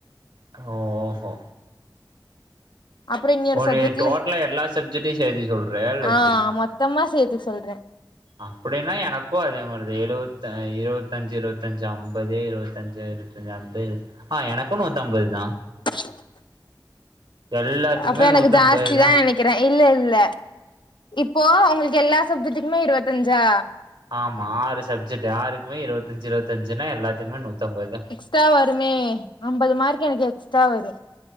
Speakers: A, on the right; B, on the left.
A: கா ஓஹோ
B: அப்பற இன்னியொரு
A: ஒரு
B: சப்ஜெக்ட்ல
A: டோட்டலா எல்லா சப்ஜெக்ட்டையு சேத்தி சொல்றியா இல்ல
B: ஆ
A: எப்டி
B: மொத்தமா சேத்து சொல்றே
A: அப்படின்னா எனக்கு அதே மாரி எழுவத்த இருவத்தஞ்சு இருவத்தஞ்சு அம்பது இருவத்தஞ்சு கொஞ்ச அம்பது ஆ எனக்கு நூத்தம்பது தா
B: <inaudible>
A: எல்லாத்துக்குமே
B: அப்ப எனக்கு
A: நூத்தம்பது
B: ஜாஸ்திதா
A: தா
B: நெனக் கிறே இல்ல இல்ல இப்போ உங்களுக்கு எல்லா சப்ஜெக்ட்டுக்குமே இருவத்தஞ்சா
A: ஆமா ஆறு சப்ஜெக்ட் யாருக்குமே இருவத்தஞ்சு இருவத்திஞ்சுன்னா எல்லாத்துக்குமே நூத்தம்பதுதா
B: எக்ஸ்டரா வருமே அம்பது மார்க் எனக்கு எக்ஸ்ட்ரா வரு